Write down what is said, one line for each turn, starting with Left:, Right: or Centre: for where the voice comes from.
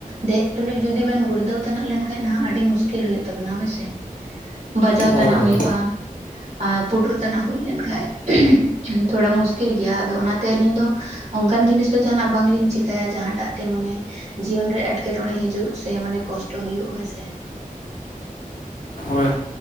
Right: ᱫᱮᱡ ᱛᱩᱞᱩᱡ ᱡᱩᱫᱤ ᱵᱤᱱ ᱜᱩᱲᱫᱟᱹᱣ ᱛᱟᱱᱟᱜ ᱞᱮᱱᱠᱷᱟᱡ ᱱᱷᱟᱜ ᱟᱹᱰᱤ ᱢᱩᱥᱠᱤᱞ ᱦᱩᱭᱩᱜ ᱛᱟᱵᱤᱱᱟ ᱦᱳᱭᱥᱮ᱾ ᱵᱟᱡᱟᱣ
Left: ᱦᱳᱭ
Right: ᱛᱟᱱᱟᱜ
Left: ᱦᱳᱭ
Right: ᱦᱩᱭᱩᱜᱼᱟ᱾ ᱟ ᱯᱩᱴᱩᱨ ᱛᱟᱱᱟᱜ ᱦᱩᱭ ᱞᱮᱱᱠᱟᱡ ᱛᱷᱚᱲᱟ ᱢᱩᱥᱠᱤᱞ ᱜᱮᱭᱟ ᱟᱫᱚ ᱚᱱᱟᱛᱮ ᱟᱹᱞᱤᱧ ᱫᱚ ᱚᱱᱠᱟᱱ ᱡᱤᱱᱤᱥ ᱫᱚ ᱡᱟᱦᱟᱱᱟᱜ ᱵᱟᱝᱞᱤᱧ ᱪᱤᱠᱟᱹᱭᱟ ᱡᱟᱦᱟᱸᱴᱟᱜ ᱛᱮ ᱢᱟᱱᱮ ᱡᱤᱭᱚᱱ ᱨᱮ ᱮᱴᱠᱮᱴᱚᱬᱮ ᱦᱤᱡᱩᱜ ᱥᱮ ᱢᱟᱱᱮ ᱠᱚᱥᱴᱚ ᱦᱩᱭᱩᱜ ᱦᱳᱭ ᱥᱮ᱾
Left: ᱦᱳᱭ